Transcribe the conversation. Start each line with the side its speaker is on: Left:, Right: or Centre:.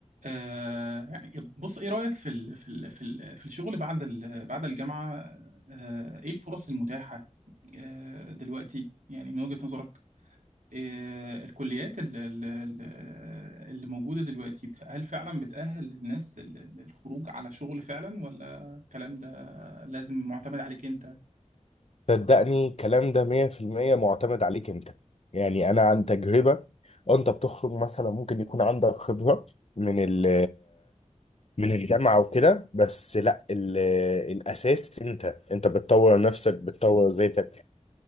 Right: آه يعني بص ايه رأيك في ال في ال في ال في الشغل بعد ال بعد الجامعة آه ايه الفرص المتاحة آه دلوقتي يعني من وجهة نظرك آه الكليات ال- ال- ال- اللي موجودة دلوقتي ف- هل فعلا بتأهل الناس لل- للخروج على شغل فعلا ولا الكلام ده لازم معتمد عليك انت
Left: صدقني الكلام ده 100% معتمد عليك انت يعني انا عن تجربة انت بتخرج مثلا ممكن يكون عندك خبرة من ال من الجامعة وكده بس لا ال الاساس انت انت بتطور نفسك بتطور ذاتك